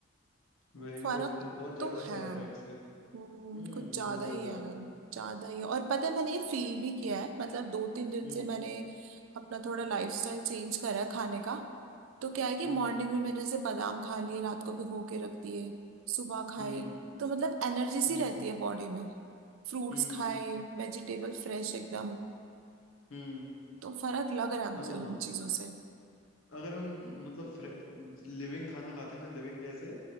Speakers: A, on the left (about 85°); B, on the right (about 80°).
A: वही
B: फर्क
A: तो मतलब बहुत ज्यादा
B: तो है
A: साइड इफेक्ट्स है
B: हम्म,
A: हम्म
B: कुछ ज्यादा
A: बहुत ज्यादा
B: ही है ज्यादा ही है और पता है मैंने ये फील भी किया है मतलब दो तीन दिन
A: हम्म
B: से मैंने अपना थोड़ा लाइफस्टाइल चेंज करा है खाने का तो क्या है कि
A: हम्म
B: मॉर्निंग में मैंने जैसे बादाम खा लिए रात को भिगो के रख दिए सुबह
A: हम्म
B: खाए तो मतलब एनर्जी सी
A: हम्म
B: रहती है बॉडी में फ्रूट्स
A: हम्म
B: खाए वेजिटेबल फ्रेश एकदम
A: हम्म
B: तो फर्क लग रहा है मुझे
A: हाँ
B: उन चीजों से
A: अगर हम मतलब लिविंग खाना खाते हैं ना लिविंग जैसे